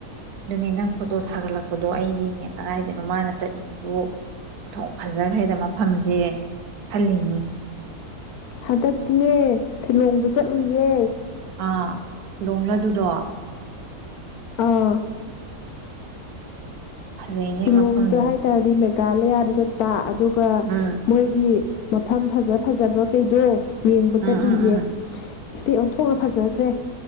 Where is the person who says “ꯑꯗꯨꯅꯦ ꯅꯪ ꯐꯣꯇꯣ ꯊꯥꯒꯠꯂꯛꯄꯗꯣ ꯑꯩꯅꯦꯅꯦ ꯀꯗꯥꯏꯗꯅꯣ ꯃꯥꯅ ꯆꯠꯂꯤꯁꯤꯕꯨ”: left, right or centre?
Right